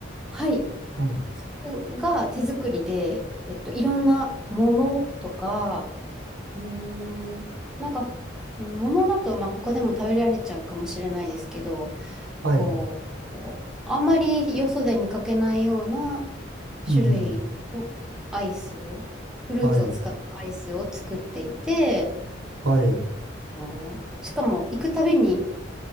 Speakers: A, in the centre; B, on the right (about 85°).
A: はい。
B: い。
A: そこが手作りで、えっと、いろんな桃とか、うーん、なんか、桃だと、まあ、他でも食べられちゃうかもしれないですけど、
B: はい。
A: こう、こうあんまりよそで見かけないような
B: うん。
A: 種類のアイス、フルーツを使ったアイスを作っていて、
B: はい。はい。
A: あーしかも、行くたびに、